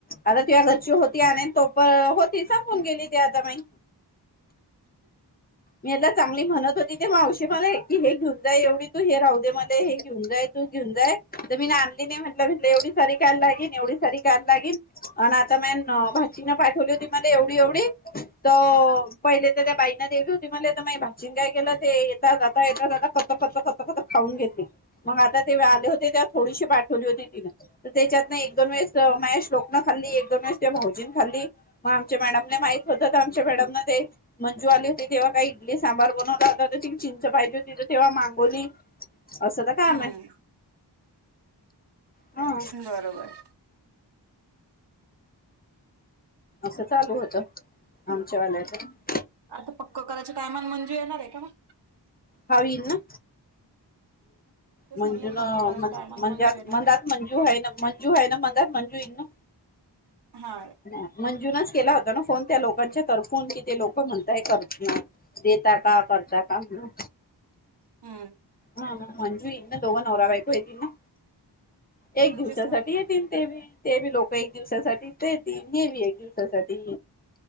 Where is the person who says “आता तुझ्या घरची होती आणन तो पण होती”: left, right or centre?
Left